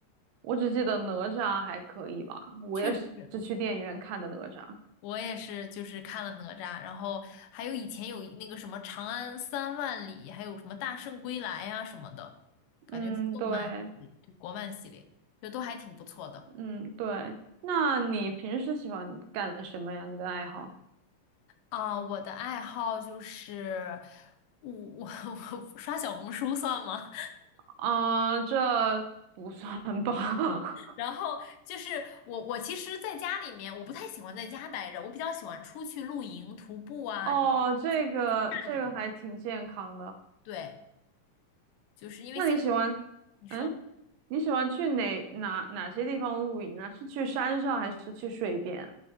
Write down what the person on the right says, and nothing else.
我只记得哪吒还可以吧，我也是去电影院看的哪吒。
嗯，对，
嗯对。那你平时喜欢干什么呀？你的爱好？
啊、这不算吧？
<laughs> 哦，这个这个还挺健康的。
那你喜欢？
嗯？你喜欢去哪哪哪些地方露营呢？是去山上还是去水边？